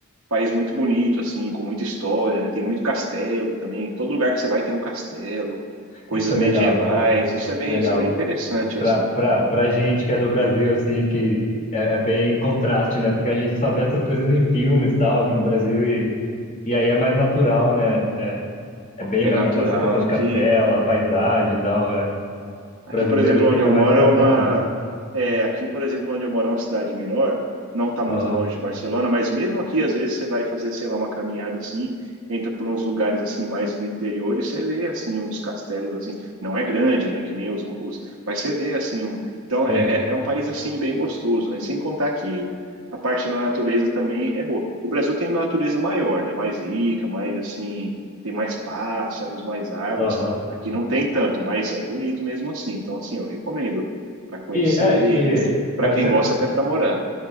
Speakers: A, on the right (about 75°); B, on the left (about 40°).
A: país muito bonito, assim, com muita história, né? Tem muito castelo também. Todo lugar que você vai tem um castelo, coisas
B: Isso é
A: medievais.
B: legal, é,
A: Isso é bem,
B: legal.
A: isso é bem interessante,
B: Pra,
A: assim.
B: pra, pra gente que é do Brasil, assim, que é, é bem contraste, né? Porque a gente só vê essas coisas em filmes e tal, aqui no Brasil, e, e aí é mais natural, né? É bem
A: É
B: mais
A: natural
B: natural essa questão
A: aqui.
B: de castelo, a paisagem e tal. É. O
A: Aqui,
B: brasileiro
A: por exemplo,
B: fica
A: onde eu
B: mais
A: moro
B: encantado.
A: é uma. É, aqui, por exemplo, onde eu moro é uma cidade menor, não está muito
B: Aham,
A: longe de Barcelona, mas mesmo aqui, às vezes, você vai fazer, sei lá, uma caminhada assim, entra por uns lugares assim, mais do interior, e você vê, assim, uns castelos, assim, não é grande, né, que nem os. os mas você vê, assim, um, então
B: sim.
A: é, é é um país, assim, bem gostoso, né? Sem contar que a parte da natureza também é boa. O Brasil tem uma natureza maior, né? Mais rica, mais, assim, tem mais pássaros, mais árvores.
B: Aham.
A: Aqui não tem tanto, mas é bonito mesmo assim. Então, assim, eu recomendo para conhecer
B: E, é, e
A: e
B: agora
A: para quem
B: você,
A: gosta
B: você
A: até para morar.